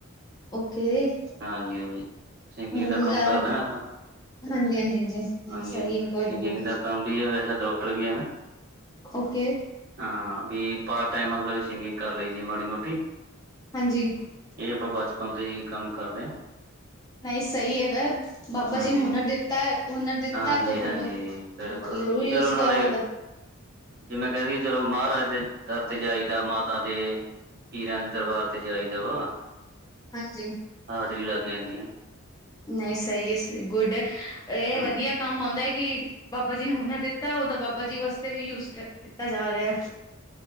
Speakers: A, on the left (about 15°); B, on the right (about 50°).
A: ਓਕੇ।
B: ਹਾਂਜੀ
A: <unintelligible>
B: ਹਾਂਜੀ
A: ਹਾਂਜੀ,
B: ਸਿੰਗਿੰਗ ਦਾ ਕੰਮ ਕਰਦੇ
A: ਹਾਂਜੀ,
B: ਨਾ ਆਪਾਂ
A: ਹਾਂਜੀ।
B: ਹਾਂਜੀ,
A: ਸਹੀ
B: ਹਾਂਜੀ,
A: ਹੈ ਗੁੱਡ
B: ਸਿੰਗਿੰਗ
A: ਗੁੱਡ
B: ਦਾ ਕੰਮ ਵੀ ਐ ਵੈਸੇ ਡਾਕਟਰ ਵੀ ਆਂ ਮੈਂ।
A: ਓਕੇ।
B: ਹਾਂ, ਬੀ ਪਾਰਟ ਟੈਮ ਮਤਲਬ ਸਿੰਗਿੰਗ ਕਰ ਲਈ ਦੀ ਐ ਮਾੜੀ-ਮੋਟੀ।
A: ਹਾਂਜੀ।
B: ਏ ਆਪਾਂ ਬਚਪਨ ਤੋਂ ਈ ਏਈ ਕੰਮ ਕਰਦੇ ਐਂ।
A: ਨਈ ਸਈ ਹੈਗੈ। ਬਾਬਾ
B: ਹਾਂਜੀ
A: ਜੀ ਨੇ ਹੁਨਰ
B: ਹਾਂਜੀ
A: ਦਿੱਤੈ ਤ ਹੁਨਰ ਦਿੱਤੈ
B: ਹਾਂਜੀ
A: ਤੋ
B: ਹਾਂਜੀ
A: ਫਿਰ ਜਰੂਰੀ
B: ਬਿਲਕੁਲ ਵੀ ਚਲੋ
A: ਯੂਜ਼
B: ਨਾਲੇ
A: ਕਰੋ ਓ ਤੇ।
B: ਜੇ ਮੈਂ ਕਹਿੰਦੀ ਚਲੋ, ਮਹਾਰਾਜ ਦੇ ਦਰ ਤੇ ਜਾਈ ਦਾ, ਮਾਤਾ ਦੇ ਪੀਰਾਂ ਦੇ ਦਰਬਾਰ ਤੇ ਜਾਈਦਾ ਵਾ।
A: ਹਾਂਜੀ।
B: ਹਾਜ਼ਰੀ ਲੱਗ ਜਾਂਦੀ ਹਨਾ।
A: ਨਹੀਂ, ਸਹੀ ਏਸ ਗੁੱਡ, ਇਹ
B: ਹਾਂ
A: ਵਧੀਆ ਕੰਮ ਆਉਂਦਾ ਏ ਕਿ ਬਾਬਾ ਜੀ ਨੇ ਹੁਣੇ ਦਿੱਤਾ, ਉਹਦਾ ਬਾਬਾ ਜੀ ਵਾਸਤੇ ਵੀ ਯੂਜ਼ ਕੇ ਕੀਤਾ ਜਾ ਰਿਹਾ।